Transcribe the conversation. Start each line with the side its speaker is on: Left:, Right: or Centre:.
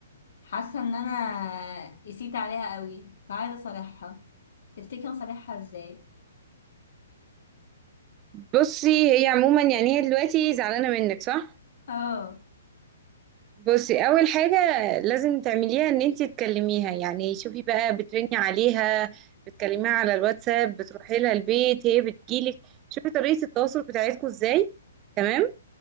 Left: حاسه ان انا قسيت عليها قوي فعايزه اصالحها تفتكر اصالحها ازاي
Right: بصي هي عموما يعني هي دلوقتي زعلانه منك صح
Left: اه
Right: بصي اول حاجه لازم تعمليها ان انت تكلميها يعني شوفي بقى بترني عليها بتكلميها على الواتساب بتروحي لها البيت هي بتجيلك شوفي طريقه التواصل بتاعتكم ازاي تمام